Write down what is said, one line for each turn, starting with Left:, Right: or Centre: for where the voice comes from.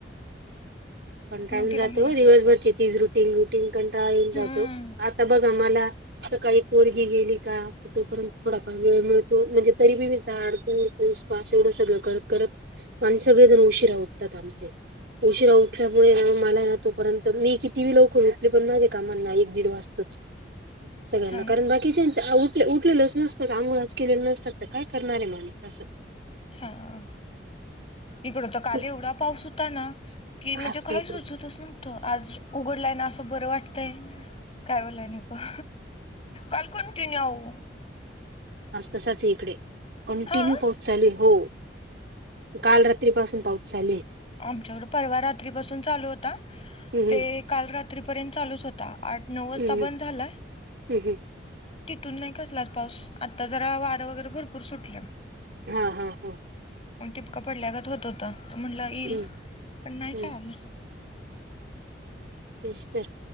Right: कंटाळून
Left: मग तिला
Right: जातो
Left: म्हटलं
Right: दिवसभरची
Left: जा
Right: तीज रुटीन रुटीन कंटाळन जातो
Left: हम्म
Right: आंता बघां मलां सकाळीं पोरंगी गेली कां तोपर्यंत थोडाफांर वेळं मिळतो म्हणजे तरी बी मी झाडझूंड पुंसपास एवढं सगळं करतं करतं. माणसं सगळें जणं उशीरा उठतांत उशीरा उ -उठल्यांमुळे मलां नां तोपर्यंत मी किती बी लवकरं उठले तरी पणं माझ्यां कामांना एक दीड वाजतोच. <unintelligible> सगळ्यांनाच
Left: हा ना
Right: कारणं बाकीच्यांचे उठले उठलेले चं नसतं आंघोळच केलेले नसतांत तरं कायं करणारं आहे माणूस असं.
Left: हां इकडं तरं कांल
Right: मग
Left: एवढां पाऊस होतां नां की म्हणजे
Right: आज काय
Left: कांहीं
Right: इकडे
Left: सुचतंच नव्हतं. आंज उघडलांय नां असं बरं वाटतंय. कायं बोलायं नको कांल कन्टिन्यू आओ.
Right: आंज तसांच आहे ईकडे कंटिन्यू
Left: हा
Right: पाऊस चालूं आहे. हो कांल रात्रीपासूंन पाऊस चालूंय आहे
Left: आमच्याकडे पर्वा रात्रीपासूंन चालूं होतां
Right: हम्म हम्म
Left: ते कांल रात्रीपर्यंत चालूंच होतां. आंठ नऊ वाजंता
Right: हम्म
Left: बंद झांला.
Right: हम्म
Left: तिथूनन नाहीं कसलांच पाऊस आंता जरां वारं वगैरें भरंपूर सुटलंय.
Right: हां हां
Left: पणं टिपक पडल्यांगत होतं होतं. म्हणलं येईल
Right: हम्म
Left: पणं नाहीं
Right: हम्म
Left: कायं आंला.
Right: तेचं तरं.